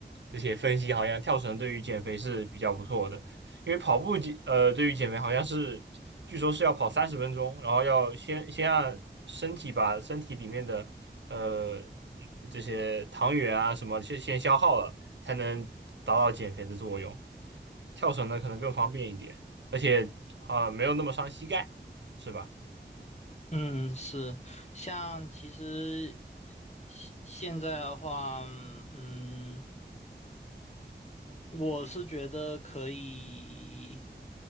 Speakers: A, on the right; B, on the left.
A: 这些分析，好像跳绳对于减肥是比较不错的，因为跑步减呃对于减肥好像是据说是要跑三十分钟，然后要先先让身体把身体里面的呃这些糖原啊什么先先消耗了，才能达到减肥的作用。跳绳呢可能更方便一点。而且呃没有那么伤膝盖，是吧？
B: 嗯，是，像其实现现在的话，嗯，我是觉得可以。